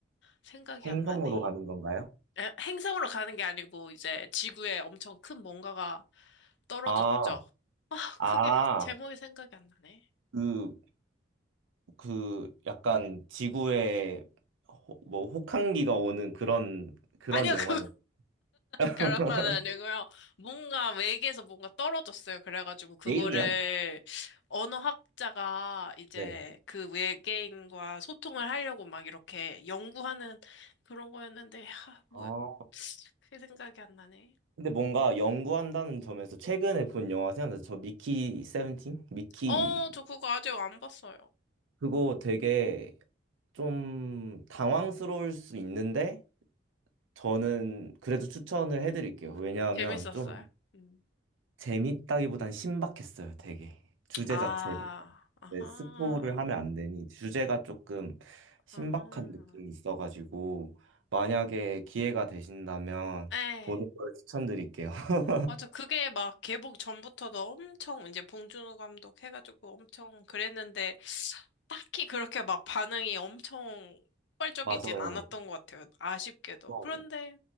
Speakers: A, on the left; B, on the right.
A: 생각이
B: 행성으로
A: 안 나네.
B: 어, 가는 건가요?
A: 에, 행성으로 가는 게 아니고 이제 지구에 엄청 큰 뭔가가 떨어졌죠.
B: 아,
A: 아,
B: 아,
A: 그게 <laughs> 제목이 생각이 안 나네.
B: 그, 그, 약간 지구에 호- 뭐 혹한기가 오는 그런, 그런
A: 아니요,
B: 영화예요.
A: 그
B: <laughs>
A: 그런 건 아니고요. 뭔가 외계에서 뭔가 떨어졌어요. 그래가지고 그거를
B: 에일리언?
A: 언어학자가 이제
B: 네.
A: 그 외계인과 소통을 하려고 막 이렇게 연구하는 그런 거였는데, 하, 뭐야,
B: 아,
A: 그게 생각이 안 나네.
B: 근데 뭔가 연구한다는 점에서 최근에 본 영화 생각나서 저 미키 세븐틴? 미키
A: 어, 저 그거 아직 안 봤어요.
B: 그거 되게 좀 당황스러울 수 있는데 저는 그래도 추천을 해드릴게요. 왜냐하면
A: 재밌었어요?
B: 좀
A: 음.
B: 재밌다기보단 신박했어요, 되게. 주제
A: 아,
B: 자체가.
A: 아하,
B: 네, 스포를 하면 안 되니 주제가 조금 신박한
A: 아하.
B: 느낌이 있어가지고 만약에 기회가 되신다면
A: 네.
B: 보는 걸 추천드릴게요. <laughs>
A: 맞아. 그게 막 개봉 전부터도 엄청 이제 봉준호 감독 해가지고 엄청 그랬는데, 딱히 그렇게 막 반응이 엄청 폭발적이진
B: 맞아요.
A: 않았던 것 같아요. 아쉽게도.
B: 어,
A: 그런데,